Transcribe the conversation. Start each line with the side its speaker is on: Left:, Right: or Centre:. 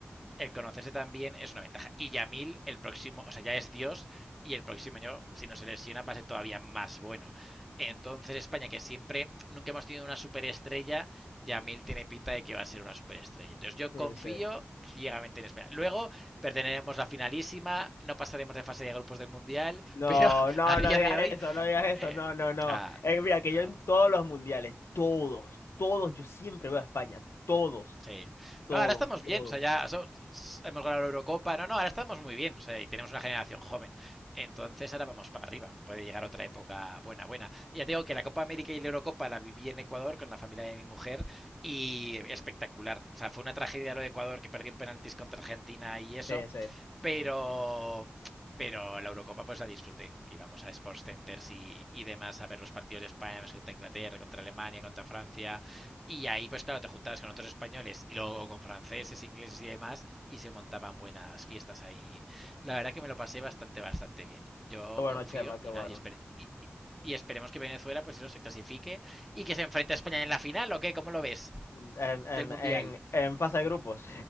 Centre: el conocerse también es una ventaja. Y Yamil, el próximo, o sea, ya es Dios y el próximo año, si no se lesiona, va a ser todavía más bueno. Entonces, España, que siempre, nunca hemos tenido una superestrella, Yamil tiene pinta de que va a ser una superestrella. Entonces, yo
Left: Sí,
Centre: confío
Left: sí.
Centre: ciegamente en España. Luego, perderemos la finalísima, no pasaremos de fase de grupos del Mundial, <laughs>
Left: No,
Centre: pero
Left: no,
Centre: a día
Left: no digas
Centre: de hoy,
Left: eso, no digas eso,
Centre: eh,
Left: no, no, no.
Centre: nada,
Left: Eh, mira, que
Centre: no,
Left: yo en todos los mundiales, todos, todos, yo siempre veo a España, todos,
Centre: Sí.
Left: todos,
Centre: No, ahora estamos bien,
Left: todos.
Centre: o sea, ya so- s- hemos ganado la Eurocopa, no, no, ahora estamos muy bien, o sea, y tenemos una generación joven. Entonces ahora vamos para arriba, puede llegar otra época buena, buena. Y Ya te digo que la Copa América y la Eurocopa la viví en Ecuador con la familia de mi mujer y espectacular. O sea, fue una tragedia lo de Ecuador que perdió en penaltis contra Argentina y eso,
Left: Sí, sí. Qué
Centre: pero pero la Eurocopa pues la disfruté, que íbamos a Sports Centers y, y demás a ver los partidos de España más contra Inglaterra, contra Alemania, contra Francia, y ahí pues claro, te juntabas con otros españoles y luego con franceses, ingleses y demás, y se montaban buenas fiestas ahí. La verdad que me lo pasé bastante, bastante bien. Yo
Left: bueno,
Centre: confío
Left: Chema, qué
Centre: y
Left: bueno.
Centre: nadie espere. Y, y, y esperemos que Venezuela, pues eso, se clasifique y que se enfrente a España en la final, ¿o qué? ¿Cómo lo ves?
Left: Mm, En, en,
Centre: Del Mundial.
Left: en, en fase de grupos.